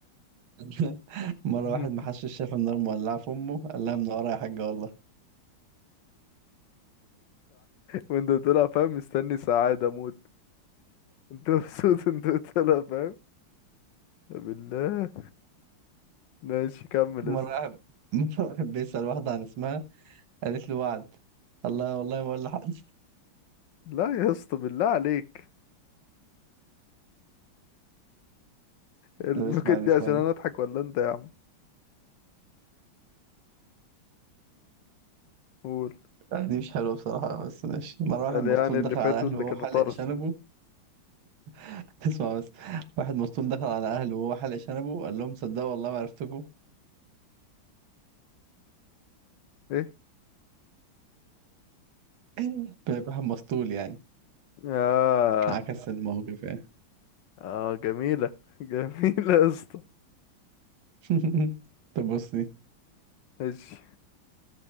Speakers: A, on the right; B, on the left.
A: <laughs> مره
B: <laughs>
A: واحد محشش شاف النار مولعه في امه قال لها منوره يا حاجه والله
B: وانت طلع فاهم مستني سعادة موت انت مبسوط انت طلع فاهم بالله ماشي كمل
A: مره
B: يا اسطى
A: واحد <laughs> مرة واحد بيسال واحده عن اسمها قالت له وعد الله والله ما اقول لحد <laughs>
B: لا يا اسطى بالله عليك النكت
A: طب اسمعني
B: دي
A: اسمعني
B: عشان انا اضحك ولا انت يا عم قول
A: لا، دي مش حلوة بصراحة بس ماشي مرة واحد
B: قال
A: مسطول
B: يعني اللي
A: دخل
B: فاتوا
A: على أهله
B: اللي
A: وهو
B: كانوا
A: حلق
B: طرش
A: شنبه <laughs> تسمع بس واحد مسطول دخل على أهله وهو حلق شنبه قال لهم صدقوا والله ما عرفتكم
B: إيه؟
A: <laughs> بيبقى واحد مسطول يعني
B: اه
A: عكس الموقف يعني
B: اه جميلة <laughs> جميلة يا اسطى
A: <laughs> طب بص دي
B: ماشي